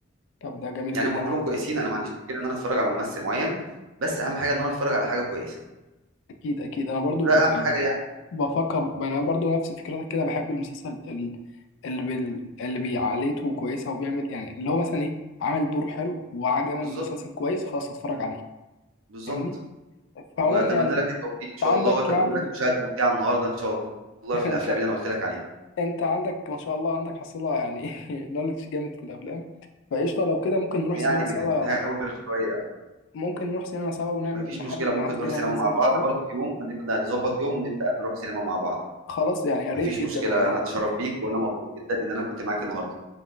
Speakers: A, on the left; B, on the right.
A: طب ده جميل
B: يعني
A: جدا
B: هم كلهم
A: يعني
B: كويسين انا ما عنديش مشكله ان انا اتفرج على ممثل معين بس اهم حاجه ان انا اتفرج على حاجه كويسه
A: اكيد اكيد انا برضو
B: ده اهم
A: يعني
B: حاجه يعني
A: بفكر انا برضو نفس فكرتك كده بحب المسلسل ال- اللي بال... اللي بيعاليته كويسه وبيعمل يعني اللي هو مثلا ايه عمل دور حلو وعجبني
B: بالظبط
A: المسلسل كويس خلاص اتفرج عليه
B: بالظبط
A: فاهمني فعموما
B: واتمنى
A: يعني
B: لك
A: انت
B: التوفيق ان شاء
A: عندك
B: الله واتمنى
A: يعني
B: لك مشاهده ممتعه النهارده ان شاء الله
A: <laughs>
B: في الافلام
A: ان شاء
B: اللي انا قلت لك عليها
A: انت عندك ما شاء الله عندك حصيله يعني <laughs> نولج جامد في الافلام فقشطه لو كده ممكن نروح
B: يعني
A: سينما
B: بنحاول
A: سوا
B: شويه
A: ممكن نروح سينما سوا ونعمل
B: مفيش
A: نحدد
B: مشكله ممكن
A: ميعاد كده
B: نروح سينما
A: ننزل
B: مع بعض
A: قشطة
B: برضه في يوم نبدا نظبط يوم ونبدا نروح سينما مع بعض
A: خلاص يعني يا ريت
B: مفيش
A: جدا
B: مشكله
A: والله
B: انا اتشرف بيك وانا مبسوط جدا ان انا كنت معاك النهارده